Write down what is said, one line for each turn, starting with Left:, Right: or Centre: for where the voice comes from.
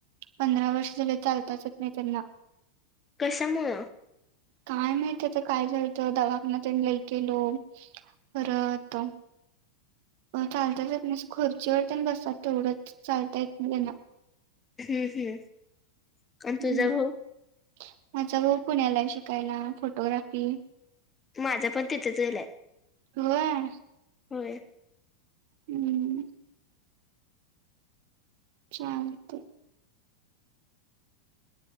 Right: पंधरा वर्ष झाले, चालताच येत नाही त्यांना
Left: कशामुळे.
Right: काय माहिती आता काय झालतं, दवाखाना तर लई केलो परत चालताच येत नाही खुर्चीवरती बसतात तेवढंच चालता येत नाही त्यांना
Left: हम्म, हम्म. आणि तुझा
Right: ह्
Left: भाऊ
Right: माझा भाऊ पुण्याला शिकायला फोटोग्राफी
Left: माझा पण तिथेच गेलाय.
Right: होय.
Left: होय.
Right: हम्म. शांत.